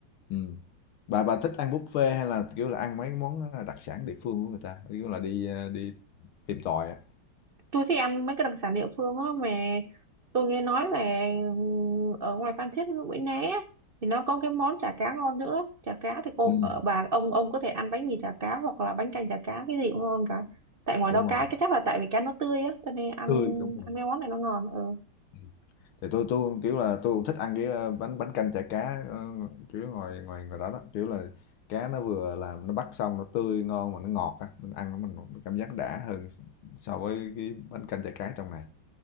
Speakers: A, on the left; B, on the right.
A: Ừm. Bà bà thích ăn buffet hay là, kiểu là, ăn mấy cái món, à, đặc sản địa phương của người ta? Kiểu là, đi, a, đi tìm tòi á.
B: tôi thích ăn mấy cái đặc sản địa phương á mà tôi nghe nói là ừ, ở ngoài Phan Thiết Mũi Né á, thì nó có cái món chả cá ngon nữa chả cá thì cô
A: Ừm,
B: ờ, bà ông ông có thể ăn bánh mì chả cá hoặc là bánh canh chả cá cái gì cũng ngon cả tại ngoài
A: đúng
B: đó cá
A: rồi,
B: cái chắc là tại vì cá nó tươi á cho nên ăn
A: tươi, đúng rồi.
B: ăn cái món này nó ngon ừ.
A: Ừm, thì tôi tôi kiểu là, tôi cũng thích ăn cái, a, bánh bánh canh chả cá, ơ, kiểu, ngoài ngoài ngoài đó đó. Kiểu là, cá nó vừa làm nó bắt xong nó tươi ngon mà nó ngọt á, mình ăn nó mình cảm giác đã hơn so với cái bánh canh chả cá trong này.